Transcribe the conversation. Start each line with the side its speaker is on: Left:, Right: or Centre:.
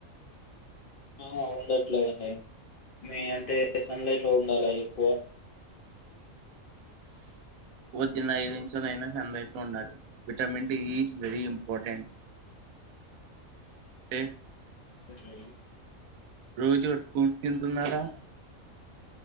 Left: ఆ ఉండట్లేదండి మీ అంటే సన్ లైట్లొ ఉండాల ఎక్కువ
Right: పొద్దున్నే ఐదు నిమిషాలైనా సన్లైట్ లో ఉండాలి vitamin D is very important ఏ
Left: హ్మ్మ్
Right: రోజూ ఫుడ్ తింటున్నారా